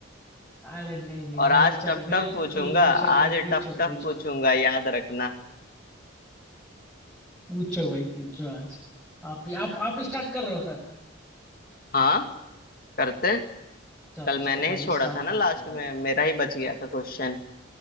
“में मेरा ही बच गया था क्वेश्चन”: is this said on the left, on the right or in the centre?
Left